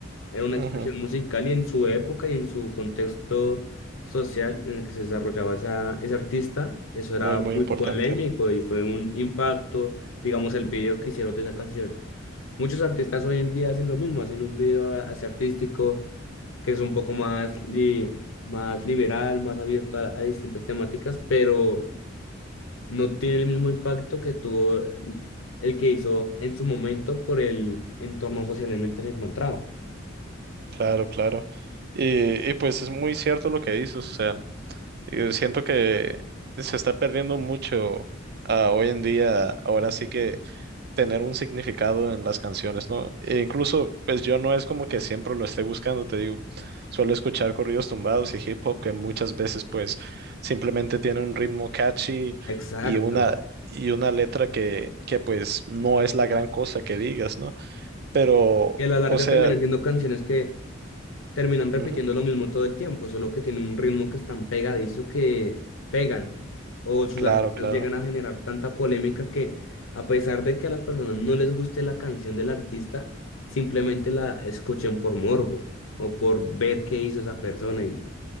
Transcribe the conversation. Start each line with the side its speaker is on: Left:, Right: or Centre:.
Left: Era una
Right: Ujú,
Left: expresión musical y en su época y en su contexto social en el que se desarrollaba esa, ese artista, eso era
Right: Muy, muy
Left: muy
Right: importante.
Left: polémico y fue un impacto, digamos, el video que hicieron de esa canción. Muchos artistas hoy en día hacen lo mismo, hacen un video a- así artístico que es un poco más, li- más liberal, más abierto a, a distintas temáticas, pero no tiene el mismo impacto que tuvo el el que hizo en su momento por el entorno social en el que se encontraba.
Right: Claro, claro. Y, y pues es muy cierto lo que dices, o sea, yo siento que se está perdiendo mucho ah, hoy en día, ahora sí que tener un significado en las canciones, ¿no? E incluso, pues yo no es como que siempre lo esté buscando, te digo, suelo escuchar corridos tumbados y hip hop que muchas veces pues simplemente tiene un ritmo catchy
Left: Exacto.
Right: y una, y una letra que, que pues no es la gran cosa que digas, ¿no? Pero,
Left: Y a la larga
Right: o sea,
Left: terminan siendo canciones que terminan repitiendo
Right: ujú,
Left: lo mismo todo el tiempo, solo que tiene un ritmo que es tan pegadizo que pegan. O sus
Right: claro,
Left: artistas
Right: claro,
Left: llegan a generar tanta polémica que, a pesar de que a las personas no les guste la canción del artista, simplemente la escuchen por morbo o por ver qué hizo esa persona. Y